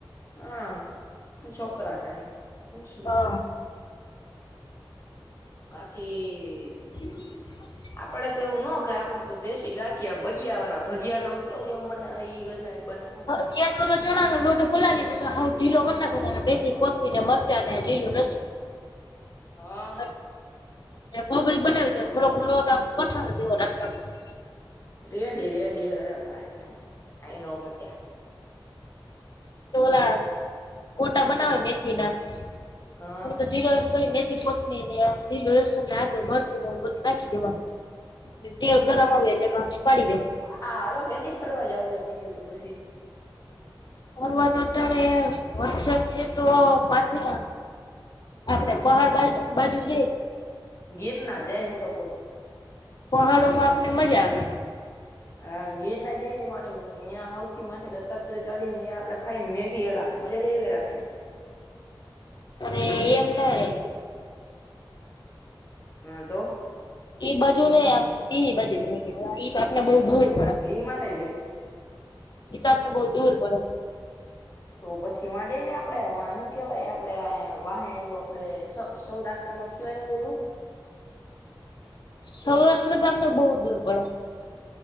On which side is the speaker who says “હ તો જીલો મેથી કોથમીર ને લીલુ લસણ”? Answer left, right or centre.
Left